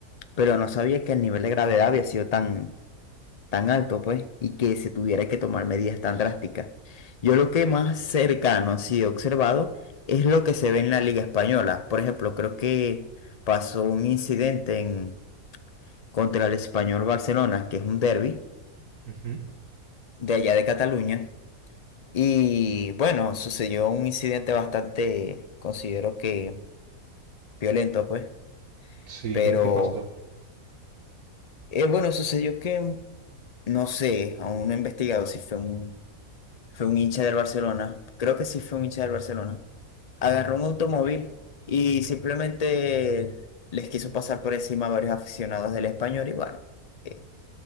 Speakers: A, on the left; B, on the right.
A: pero no sabía que el nivel de gravedad había sido tan... tan alto, pues, y que se tuviera que tomar medidas tan drásticas. Yo lo que más cercano así he observado es lo que se ve en la Liga Española. Por ejemplo, creo que pasó un incidente en, contra el Español Barcelona, que es un derbi
B: Ujú.
A: de allá de Cataluña. Y bueno, sucedió un incidente bastante, considero que violento, pues,
B: Sí,
A: pero
B: ¿qué, qué pasó?
A: eh, bueno, sucedió que, no sé, aún no he investigado si fue un Fue un hincha del Barcelona. Creo que sí fue un hincha del Barcelona. Agarró un automóvil y simplemente les quiso pasar por encima a varios aficionados del Español. Y bueno, eh,